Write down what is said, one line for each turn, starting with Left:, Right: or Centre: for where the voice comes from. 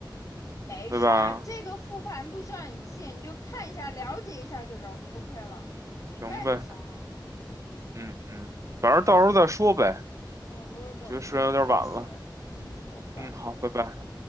Left: 没事儿，
Right: 对吧？
Left: 这个复盘不需要你记，你就看一下，了解一下就了 OK 了，明白就行了。
Right: 行呗，嗯嗯，反正到时候再说呗，
Left: 啊，都嗯，我有点儿困，
Right: 觉得时间有点晚了，
Left: 我先睡了。嗯，拜拜。
Right: 嗯，好，拜拜。